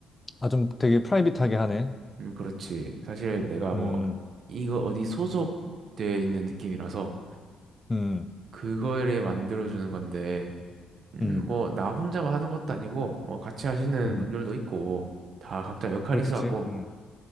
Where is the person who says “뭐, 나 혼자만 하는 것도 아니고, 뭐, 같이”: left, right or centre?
Right